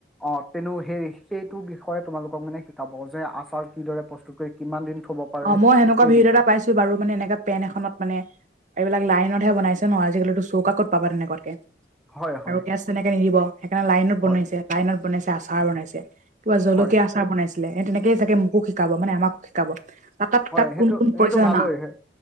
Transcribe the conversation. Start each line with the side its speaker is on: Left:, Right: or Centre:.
Centre: অ তেনেো সেই সেইটো বিষয়ে তোমালোকক মানে শিকাব যে আচাৰ কিদৰে প্ৰস্তুত কৰি কিমান দিন থব পাৰে
Right: অ মই সেনেকুৱা
Centre: সেই
Right: ভিত
Centre: বিষয়ে
Right: এটা পাইছো বাৰু মানে এনেককা পেন এখনত মানে এইবিলাক লাইনতহে বনাইছে ন আজিকালিিতো চৌকা কত পাবা তেনেকুৱতকে
Centre: হয় হয়
Right: আৰু গেছ তেনেকে নিদিব সেইকাৰণে লাইনত বনাইছে
Centre: হয়
Right: লাইনত বনাইছে আচাৰ বনাইছে কিবা জলকীয়া
Centre: হয়
Right: আচাৰ বনাইছিলে স তেনেকে চাগে মোকো শিকাব মানে আমাকো শিকাব ত তাত
Centre: হয়
Right: তাত
Centre: সেইটো
Right: কোন কোন
Centre: সেইটো
Right: পৰিচা
Centre: ভালেই
Right: না
Centre: হয়